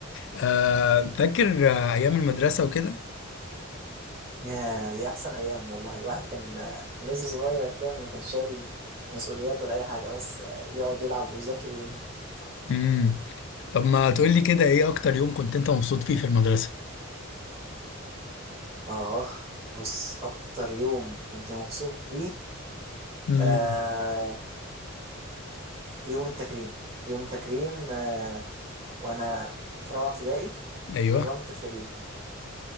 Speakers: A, on the left; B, on the right.
A: آه فاكر آه ايام المدرسه وكده
B: يا دي احسن ايام والله الواحد كان آه، لسه صغير كان ما كانش شايل مسؤوليات ولا اي حاجه بس آه، بيقعد يلعب ويذاكر وين <laughs>
A: امم طب ما تقول لي كده ايه اكتر يوم كنت انت مبسوط فيه في المدرسة
B: اه بص اكتر يوم كنت مبسوط بيه
A: مم.
B: آه يوم التكريم يوم التكريم آه، وانا في رابعه ابتدائي
A: ايوه
B: كرمت في ال-